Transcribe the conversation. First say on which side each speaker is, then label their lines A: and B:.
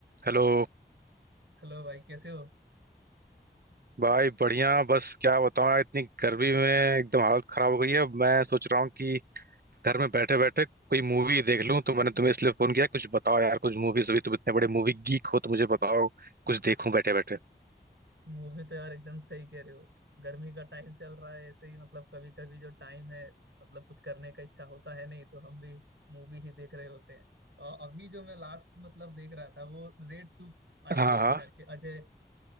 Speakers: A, on the right; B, on the right.
A: Hello
B: Hello भाई कैसे हो
A: भाई बढ़िया बस क्या बताऊं यार, इतनी गर्मी में एकदम हालत खराब हो गई है मैं सोच रहा हूँ कि घर में बैठे बैठे कोई मूवी देख लूं तो मैंने तुम्हें इसलिए फोन किया कुछ बताओ यार कुछ मूवीज अभी तुम इतने बड़े मूवी गीक हो तो मुझे बताओ कुछ देखूं बैठे बैठे
B: मूवी तो यार एकदम सही कह रहे हो गर्मी का टाइम चल रहा है ऐसे ही मतलब कभी कभी जो टाइम है मतलब कुछ करने का इच्छा होता है नहीं तो हम भी मूवी ही देख रहे होते हैं और अभी जो मैं लास्ट मतलब देख रहा था वो रेड टू आई
A: हाँ
B: है
A: हाँ
B: करके अजय